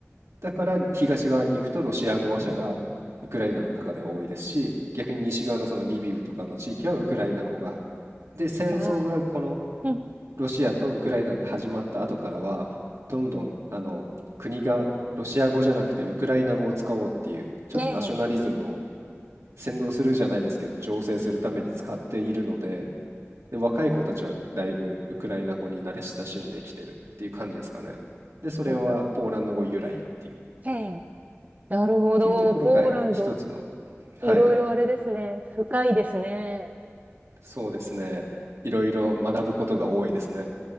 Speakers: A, on the right; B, on the right.
A: だから東側に行くとロシア語話者がウクライナの中では多いですし、逆に西側のそのリビウとかの地域はウクライナ語が。で、戦争がこの
B: ああ、うん。
A: ロシアとウクライナで始まった後からは、どんどんあの国がロシア語じゃなくてウクライナ語を使おうっていう、ちょっとナショナリズムを
B: ええ、
A: 扇動するじゃないですけど、醸成するために使っているので、で、若い子たちはだいぶウクライナ語に慣れ親しんできてるっていう感じですかね。で、それはポーランド語由来っていう。
B: なるほど、ええ。なるほど。
A: っていうところが一つの、
B: ポーランド、
A: はい、
B: いろいろあれですね。深いですね。
A: そうですね。いろいろ学ぶことが多いですね。